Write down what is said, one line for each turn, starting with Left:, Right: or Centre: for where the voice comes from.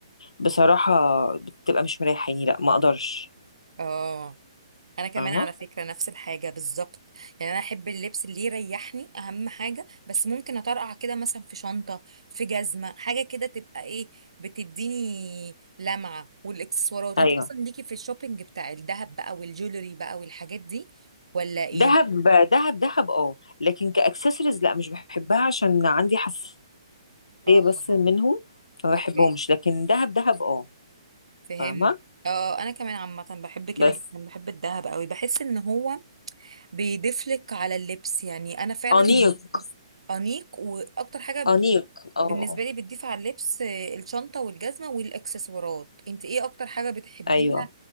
Left: بصراحه بتبقى مش مريحاني لا ما اقدرش
Right: اه انا كمان
Left: فاهمه
Right: على فكره نفس الحاجه بالظبط يعني انا احب اللبس اللي يريحني اهم حاجه بس ممكن اطرقع كده مثلا في شنطه في جزمه حاجه كده تبقى ايه بتديني لمعه والاكسسوارات انت
Left: ايوه
Right: اصلا ليكي في الشوبينج بتاع الذهب بقى والجولري بقى والحاجات دي ولا ايه
Left: دهب دهب دهب اه لكن كاكسسوارز لا مش بحبها عشان عندي حساسيه
Right: اه
Left: بس منهم فما بحبهمش
Right: اوكي
Left: لكن دهب دهب اه
Right: فهمت
Left: فاهمه
Right: اه انا كمان عامه بحب كده
Left: بس
Right: جدا بحب الذهب قوي بحس ان هو بيضيف لك على اللبس يعني انا فعلا
Left: انيق
Right: دي أكتر- انيق واكتر حاجه
Left: انيق اه آه.
Right: بالنسبه لي بتضيف على اللبس آه، الشنطه والجزمه والاكسسوارات انت ايه اكتر حاجه بتحبيها
Left: ايوه